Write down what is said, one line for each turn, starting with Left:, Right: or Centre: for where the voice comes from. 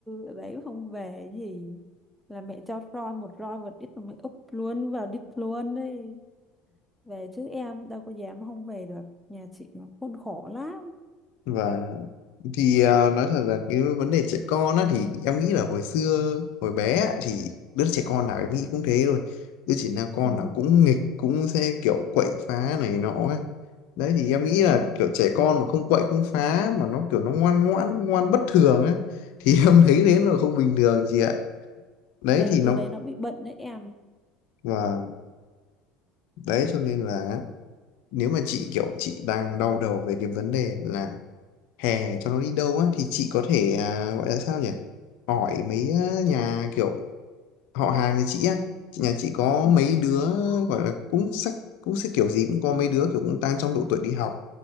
Centre: ở đấy không về gì là mẹ cho roi một roi một đít mà mày úp luôn vào đít luôn đấy về chứ em đâu có dám không về được nhà chị nó khốn khổ lắm
Left: và thì à, nói thật là cái vấn đề trẻ con á thì em nghĩ là hồi xưa hồi bé á, thì đứa trẻ con nào em nghĩ cũng thế rồi đứa trẻ nào con
Centre: ừ
Left: nào cũng nghịch cũng sẽ kiểu quậy phá này nọ ấy đấy thì em nghĩ là
Centre: ừ
Left: kiểu trẻ con mà không quậy không phá mà nó kiểu nó ngoan ngoãn ngoan bất thường ấy thì <laughs> em thấy thế là không bình thường chị ạ đấy
Centre: đấy
Left: thì
Centre: đứa
Left: nó
Centre: đấy nó bị bệnh đấy em
Left: và đấy cho nên là nếu mà chị kiểu chị đang đau đầu về cái vấn đề là hè cho nó đi đâu á thì chị có thể à, gọi là sao nhỉ hỏi mấy ờ, nhà kiểu họ hàng nhà chị á Chị- nhà chị có
Centre: ừ
Left: mấy đứa gọi là cũng sắc cũng sẽ kiểu gì cũng có mấy đứa kiểu cũng đang trong độ tuổi đi học